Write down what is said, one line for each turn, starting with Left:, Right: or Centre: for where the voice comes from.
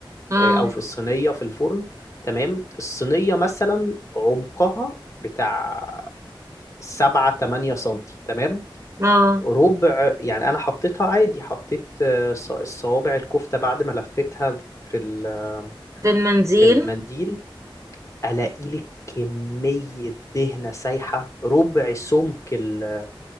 Right: اه
Left: آه، او في الصينية في الفرن تمام الصينية مثلا عمقها بتاع سبعة تمانية سنتي تمام
Right: اه
Left: ربع يعني أنا حطيتها عادي حطيت آه، ص- الصوابع الكفتة بعد ما لفيتها في ال-
Right: ده المنديل
Left: في المنديل ألاقي لك كمية دهنة سايحة ربع سمك ال